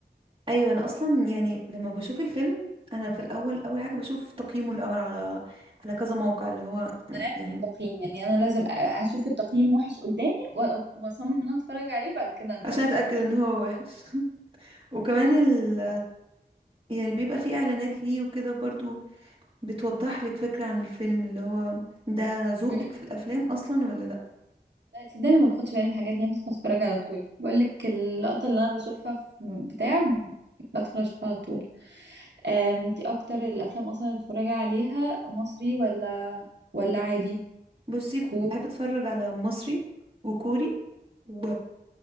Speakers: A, on the right; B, on the right.
A: ايوه انا اصلا يعني لما بشوف الفيلم انا في الاول اول حاجه بشوف تقييمه الاول على على كذا موقع اللي هو
B: ملهاش
A: يعني
B: تقييم يعني انا لازم أ- اشوف التقييم وحش قدامي و- واصمم ان أنا اتفرج عليه بعد كده اندم
A: عشان اتاكد ان هو وحش <laughs> وكمان ال... يعني بيبقى فيه اعلانات ليه وكده برضو بتوضح لك فكره عن الفيلم اللي هو ده ذوقك
B: مم.
A: في الافلام اصلا ولا لا
B: لا تصدقني أنا ما باخدش بالي من الحاجات دي أنا بدخل اتفرج على طول بقول لك اللقطه اللي انا بشوفها في بتاع بدخل اشوفها على طول أم، انتي اكتر الافلام اصلا اللي بتتفرجي عليها مصري ولا ولا عادي
A: بصي
B: كو-
A: بحب اتفرج على مصري وكوري و